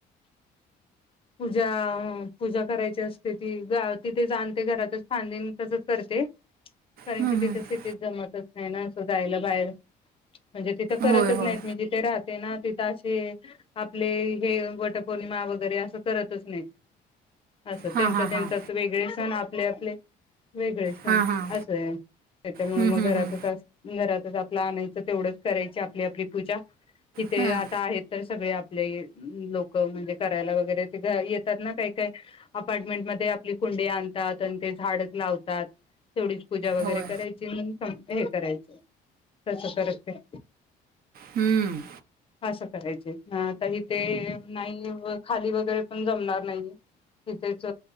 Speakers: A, on the left; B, on the right.
A: पूजा पूजा करायची असते ती तिथे जाणते घरातच खांद तसच करते. कारण
B: हं,
A: की तिथे
B: हं.
A: सिटीत जमतच नाही ना असं जायला बाहेर. म्हणजे तिथं करतच
B: होय होय
A: नाहीत मी जिथे राहत. ना तिथे आपले हे वटपौर्णिमा वगैरे अस. करतच नाही अस
B: हां
A: त्यां
B: हां
A: त्यांच्या
B: हां
A: वेगळे सण आपले आपले. वेगळे सण
B: हां हां
A: असंय त्याच्यामुळे
B: हं,
A: मग
B: हं,
A: घरातच
B: हं.
A: अस. घरातच आपला आणायचं तेवढंच करायची आपली आपली पूजा कि ते
B: हां.
A: आता आहेत. तर सगळे आपले लोक म्हणजे करायला वगैरे ते घ येतात ना काही काय. अपार्टमेंटमध्ये आपली कुंडी आणतात आणि ते झाड लावतात. तेवढीच पूजा वगैरे
B: होय
A: करायची हे करायच तस करक ते.
B: हम्म.
A: असं करायचं हिते नाही खाली वगरे. पण जमणार नाहीये तिथेच